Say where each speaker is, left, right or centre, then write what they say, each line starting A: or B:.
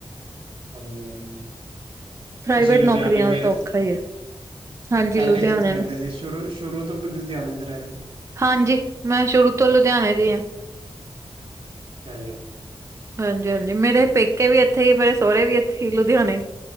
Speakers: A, on the right; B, on the right.
A: ਹਾਂਜੀ, ਹਾਂਜੀ
B: ਪ੍ਰਾਈਵੇਟ
A: ਤੁਸੀਂ ਲੁਧਿਆਣੇ
B: ਨੌਕਰੀਆਂ
A: ਫਿਰ?
B: ਦਾ ਤਾਂ ਔਖਾ ਹੀ ਹੈ ਹਾਂਜੀ
A: ਪਹਿਲੇ
B: ਲੁਧਿਆਣੇ
A: ਕਿੱਥੇ ਰਹਿੰਦੇ
B: ਮੈਂ,
A: ਸੀ? ਸ਼ੁਰੂ ਸ਼ੁਰੂ ਤੋਂ ਲੁਧਿਆਣੇ ਤੋਂ ਰਹਿ ਰਹੇ ਹੋ?
B: ਹਾਂਜੀ, ਮੈਂ ਸ਼ੁਰੂ ਤੋਂ ਲੁਧਿਆਣੇ ਦੀ ਹਾਂ।
A: ਚਾਹੇ ਅੱਜ।
B: ਹਾਂਜੀ, ਹਾਂਜੀ ਮੇਰੇ ਪੇਕੇ ਵੀ ਇੱਥੇ ਹੀ ਮੇਰੇ ਸਹੁਰੇ ਵੀ, ਇੱਥੇ ਹੀ ਲੁਧਿਆਣੇ।